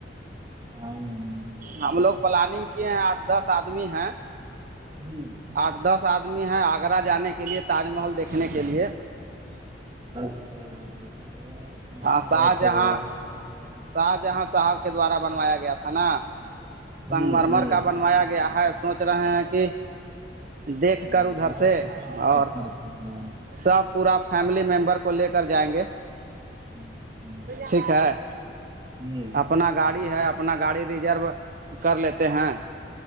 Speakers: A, on the right; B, on the right.
A: ہ ہ آ ہوں
B: ہم لوگ پلاننگ کیے ہیں آٹھ دس آدمی ہیں
A: ہوں
B: آٹھ دس آدمی ہیں آگرہ جانے کے لیے تاج محل دیکھنے کے لیے
A: اچھا اچھا
B: ہاں شاہجہاں
A: بات ہے بات
B: شاہ جہاں صاحب کے دوارا بنوایا گیا تھا نا
A: ہوں
B: سنگمرمر
A: ہوں
B: کا بنوایا گیا ہے سوچ رہے ہیں کہ دیکھ
A: سنگمرمر
B: کر ادھر سے
A: کے پت- پتھر
B: اور
A: سے بنا ہے
B: سب پورا فیملی ممبر کو لے کر جائیں گے
A: اچھا
B: ٹھیک ہے
A: جی
B: اپنا گاڑی ہے اپنا گاڑی ریزرو کر لیتے ہیں